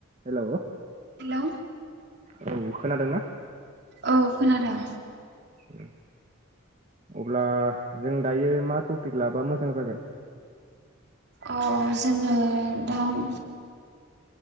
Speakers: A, on the right; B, on the right.
A: Hello.
B: Hello.
A: औ खोनादों ना?
B: औ खोनादों।
A: उम अब्ला जों दायो मा टपिक लाबा मोजां जागोन?
B: अ जोङो दा उम